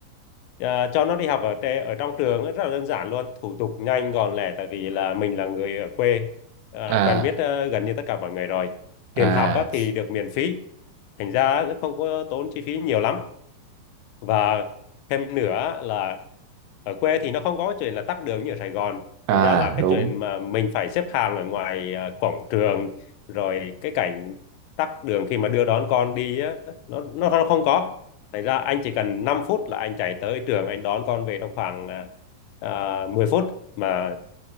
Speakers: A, on the left; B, on the right.
A: ờ, cho nó đi học ở tê- ở trong trường ấy rất là đơn giản luôn thủ tục nhanh gọn lẹ tại vì là mình là người ở quê ờ,
B: À,
A: quen biết ờ, gần như tất cả mọi người rồi tiền
B: à,
A: học á thì được miễn phí thành ra cũng không có tốn chi phí nhiều lắm và thêm nữa là ở quê thì nó không có chuyện là tắc đường như ở Sài Gòn
B: à,
A: thành ra là cái
B: đúng.
A: chuyện mà mình phải xếp hàng ở ngoài à, cổng trường rồi cái cảnh tắc đường khi mà đưa đón con đi á, nó nó nó không có thành ra anh chỉ cần 5 phút là anh chạy tới trường anh đón con về trong khoảng à, à, 10 phút mà